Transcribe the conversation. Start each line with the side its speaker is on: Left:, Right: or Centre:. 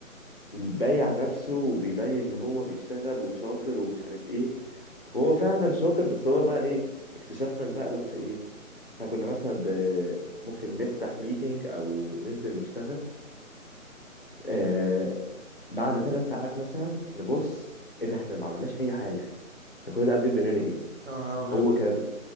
Left: بايع نفسه وبيبين ان هو بيشتغل وشاطر ومش عارف ايه وهو فعلا شاطر بس هو بقى ايه اكتشفنا المقلب في ايه احنا كنا مثلا ب... ممكن نفتح ميتنج او ننزل نشتغل آه... بعد ثلاث ساعات مثلا نبص ايه ده احنا ما عملناش اي حاجه احنا كنا قاعدين بنلغي
Right: يا نهار ابيض
Left: هو كانت